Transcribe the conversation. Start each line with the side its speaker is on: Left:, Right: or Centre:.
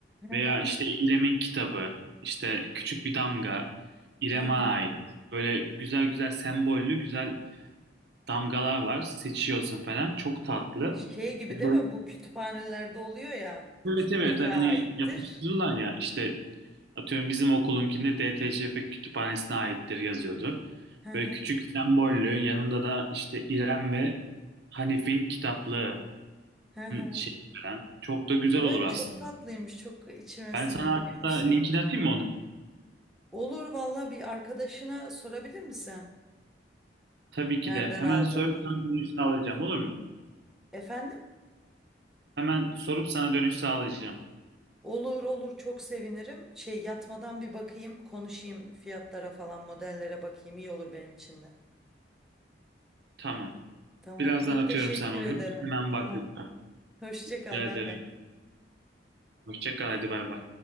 Centre: Hı
Right: Veya
Centre: hı,
Right: işte İrem'in kitabı, işte küçük bir damga, İrem'e
Centre: hı hı.
Right: ait. Böyle güzel güzel sembollü, güzel damgalar var. Seçiyorsun falan. Çok tatlı.
Centre: Şey gibi
Right: Yani
Centre: değil
Right: böyle-
Centre: mi? Bu kütüphanelerde oluyor ya. Bu
Right: Evet
Centre: küt-
Right: evet
Centre: buraya
Right: hani
Centre: aittir.
Right: yapıştırırlar ya işte atıyorum bizim okulunkinde DTÇF kütüphanesine aittir yazıyordu.
Centre: Hı
Right: Böyle
Centre: hı,
Right: küçük sembollü yanında da işte İrem ve Hanif'in kitaplığının
Centre: hı hı.
Right: şeyi falan. Çok da güzel
Centre: Evet
Right: olur aslında.
Centre: çok tatlıymış. Çok içime
Right: Ben
Centre: sindi
Right: sana
Centre: biliyor
Right: hatta
Centre: musun?
Right: linkini atayım mı onu?
Centre: Olur valla bir arkadaşına sorabilir misin?
Right: Tabii ki
Centre: Nereden
Right: de hemen
Centre: aldığını.
Right: sorup sana dönüş sağlayacağım olur mu?
Centre: Efendim?
Right: Hemen sorup sana dönüş sağlayacağım.
Centre: Olur olur çok sevinirim. Şey yatmadan bir bakayım, konuşayım fiyatlara falan, modellere bakayım. İyi olur benim için de.
Right: Tamam.
Centre: Tamam,
Right: Birazdan
Centre: çok
Right: atıyorum
Centre: teşekkür
Right: sana
Centre: ederim.
Right: onu. Hemen
Centre: Tamam.
Right: bak lütfen.
Centre: Hoşça
Right: Rica
Centre: kal,
Right: ederim.
Centre: bay bay.
Right: Hoşça kal, hadi bay bay.